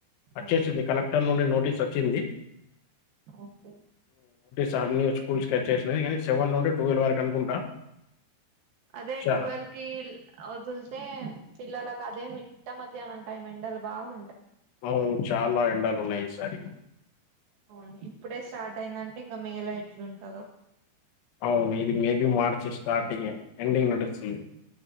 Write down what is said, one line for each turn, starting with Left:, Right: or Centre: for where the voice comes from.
Left: వచ్చేసింది
Right: ఓకే
Left: కలెక్టర్ నుండి నోట్ నోటి వచ్చింది
Right: ఓకే
Left: సార్ ను స్కూల్ స్కెచ్ చేసినది కానీ సెవెన్ నుండి ట్వెల్వ్ వరకు అనుకుంటా
Right: అదే
Left: చ
Right: ట్వెల్వ్ కి వదులుతే పిల్లలలకు అదే మీ మిట్ట మధ్యానం టైమ్ ఎండలు బాగుం
Left: అవును చాలా ఎండలు ఉన్నాయి ఈ సారి
Right: అవును ఇప్పుడే స్టార్ట్ అయిందంటే ఇంకా మే లో ఎట్లుంటందో
Left: అవును ఇది మేబి మార్చి స్టార్టింగ్ ఎండింగ్ నడుస్తుంది